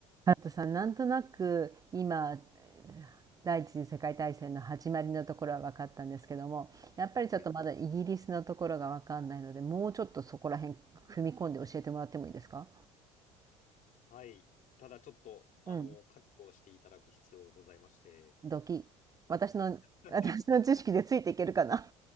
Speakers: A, on the right; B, on the left.
A: ハルさん、なんとなく今第一次世界大戦の始まりのところは分かったんですけども、やっぱりちょっとまだイギリスのところが分かんないので、
B: はい。
A: もうちょっとそこら辺踏み込んで教えてもらってもいいですか
B: はい。ただちょっと、あの、
A: うん、
B: 覚悟をしていただく必要がございまして。
A: ドキ。私の、
B: <laughs>
A: 私の知識でついていけるかな